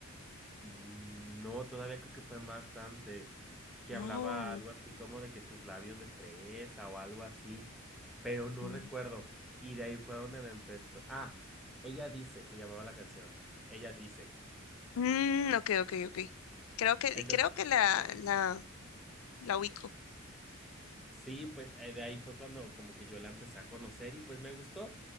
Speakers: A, in the centre; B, on the left (about 75°).
A: Mm, No, todavía creo que fue más antes, que
B: Oh,
A: hablaba algo así como de que sus labios de fresa o algo así, pero no
B: mm.
A: recuerdo. Y de ahí fue donde me empezó. Ah, ella dice, se llamaba la canción. Ella dice.
B: Mm, ok, ok, ok. Creo que,
A: Entonces,
B: creo que la, la, la ubico.
A: sí, pues eh, de ahí fue cuando como que yo la empecé a conocer y pues me gustó.